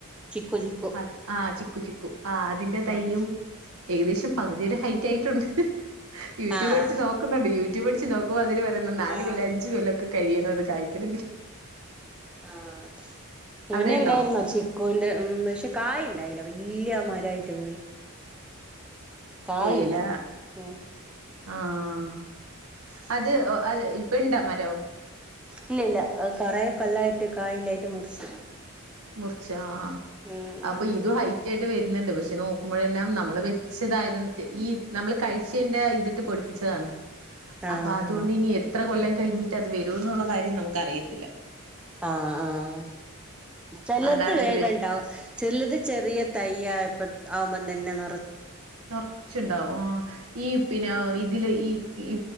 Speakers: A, in the centre; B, on the right.
A: ചിക്കു ചിക്കു
B: ആഹ് ആഹ് ചിക്കു ചിക്കു ആഹ് അതിന്റെ തയ്യും
A: ആഹ്
B: ഏകദേശം പകുതീടെ ഹൈ റ്റായ്ട്ടുണ്ട് യൂട്യൂബ്
A: ആഹ്
B: അടിച്ച് നോക്കുന്നുണ്ട് യൂട്യൂബ് അടിച്ച് നോക്കുമ്പ അതിന് പറ നാല്
A: ആഹ്
B: കൊല്ല അഞ്ചു
A: ആഹ്
B: കൊല്ല ഒക്കെ കഴിയണം അത് കായ്ക്കണെങ്കി
A: ആഹ് ഇവിനെ
B: അവിടെണ്ടോ
A: ഇണ്ടായിര്ന്നോ ചിക്കൂന്റെ ഉം പഷെ കായി ഇണ്ടായ്ല വെല്ല്യെ മരായിട്ട് പോയി കായില്ല
B: പോയില
A: ഉം
B: ആഹ് അത് അത് ഇപ്പ ഇണ്ട മരൊ
A: ഇല്ലില്ല കൊറേ കൊല്ലായിട്ട് കായല്ലായിട്ട് മുറിച്ച്
B: മുർചോ ആഹ്
A: ഉം ഉം
B: അപ്പ ഇതു ഹൈറ്റ് ആയിട്ട് വര്ന്ണ്ട് പക്ഷെ നോക്കുമ്പഴെല്ലാം നമ്മള് വെച്ചിതായ്ത് ഈ നമ്മള് കഴിച്ചേന്റെ ഇതിട്ട് പൊടിപ്പിച്ചതാണ്
A: ആഹ്
B: അപ്പ അതൊണ്ട് ഇനി എത്ര കൊല്ലം കഴിഞ്ഞിട്ട് അത് വരൂന്നുള്ള കാര്യം നമുക്ക് അറിയത്തില്ല
A: ആഹ് ആഹ് ചെലത്
B: അതാണ്
A: വേഗ
B: ഒരു വിഷ
A: ണ്ടവും ചെല്ലെത് ചെറിയ തയ്യായപ ആവുമ്പന്തന്നെ നറ
B: നർച്ച്ണ്ടാവ് ആഹ് ഈ പിന്നെ ഇതില് ഈ ഈ